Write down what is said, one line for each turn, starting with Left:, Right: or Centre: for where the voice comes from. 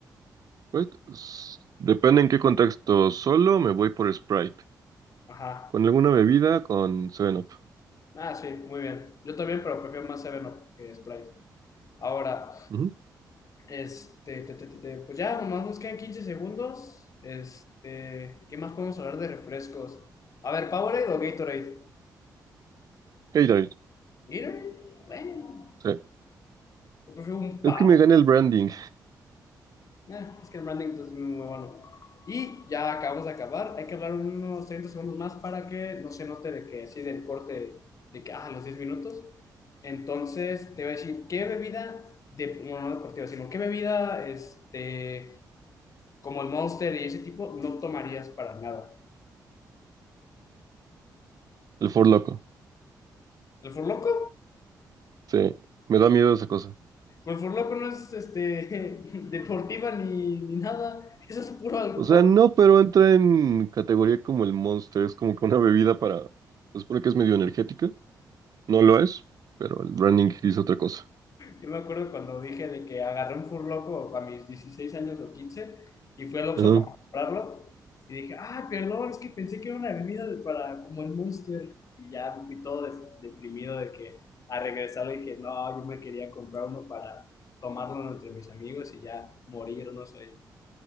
Right: Pues, s- depende en qué contexto. Solo me voy por Sprite.
Left: Ajá.
Right: Con alguna bebida, con 7-Up.
Left: Ah, sí, muy bien. Yo también, pero prefiero más 7-Up que Sprite. Ahora,
Right: Ujú,
Left: este, te, te, te, te, pues ya, nomás nos quedan 15 segundos. Este, ¿qué más podemos hablar de refrescos? A ver, ¿Powerade o Gatorade?
Right: Gatorade,
Left: Gatorade, bueno.
Right: sí.
Left: Yo prefiero un Powerade.
Right: Es que me gana el branding,
Left: Eh, es que el branding entonces, es muy, bueno. Y ya acabamos de acabar. Hay que hablar unos 30 segundos más para que no se note de que así del corte de que, ah, los 10 minutos. Entonces, te voy a decir, ¿qué bebida, de, bueno, no deportiva, sino qué bebida, este, como el Monster y ese tipo, no tomarías para nada?
Right: el For Loco.
Left: ¿El Furloco?
Right: Sí, me da miedo esa cosa.
Left: Pues el Furloco no es, este, <laughs> deportiva ni, ni nada. Eso es puro alcohol.
Right: O sea, no, pero entra en categoría como el Monster, es como que una bebida para... Se supone que es medio energética, no lo es, pero el branding dice otra cosa.
Left: Yo me acuerdo cuando dije de que agarré un furloco a mis 16 años o 15 y fui al Oxxo
Right: Ajá.
Left: para comprarlo y dije, ah, perdón, es que pensé que era una bebida de- para como el Monster y ya me fui todo des- deprimido de que a regresar le dije, no, yo me quería comprar uno para tomarlo entre mis amigos y ya morirnos ahí.